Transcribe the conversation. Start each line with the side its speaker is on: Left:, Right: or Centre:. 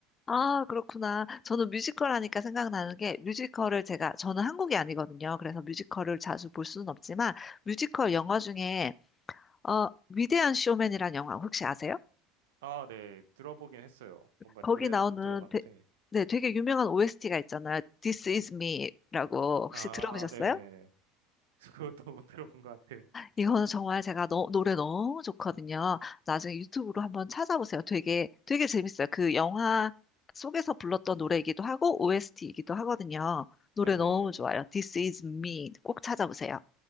Left: 아, 그렇구나. 저는 뮤지컬 하니까 생각나는 게 뮤지컬을 제가, 저는 한국이 아니거든요. 그래서 뮤지컬을 자주 볼 수는 없지만 뮤지컬 영화 중에 아, 위대한 쇼맨이란 영화 혹시 아세요?
Right: 아, 네. 들어보긴 했어요. 뭔가
Left: 거기
Right: 노래는
Left: 나오는
Right: 못 들어봤는데.
Left: 되, 네, 되게 유명한 OST가 있잖아요. This is me라고 혹시
Right: 아,
Left: 들어보셨어요?
Right: 네. <laughs> 그것도 못 들어본 것 같아요.
Left: 이거는 정말 제가 너- 노래 너무 좋거든요. 나중에 유튜브로 한번 찾아보세요. 되게 되게 재밌어요. 그 영화 속에서 불렀던 노래이기도 하고 OST이기도 하거든요. 노래
Right: 네네네.
Left: 너무 좋아요. This is me 꼭 찾아보세요.